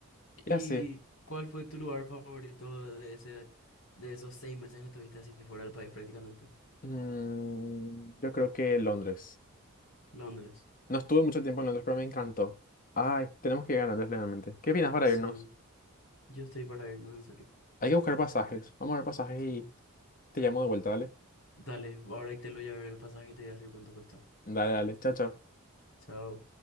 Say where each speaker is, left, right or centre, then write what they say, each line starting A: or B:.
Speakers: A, on the left; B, on the left.
A: ¿Y
B: Ya sí.
A: cuál fue tu lugar favorito de ese, de esos seis meses que estuviste así fuera del país prácticamente?
B: Mm, yo creo que Londres.
A: Londres.
B: No estuve mucho tiempo en Londres, pero me encantó. Ay, tenemos que ir a Londres realmente. ¿Qué opinas para
A: Sí,
B: irnos?
A: yo estoy para irnos en
B: Hay que buscar pasajes. Vamos a ver pasajes
A: serio.
B: y te llamo de vuelta, dale.
A: Dale, ahora te lo voy a ver el pasaje y te voy a decir cuánto cuesta.
B: Dale, dale. Chao, chao.
A: Chao.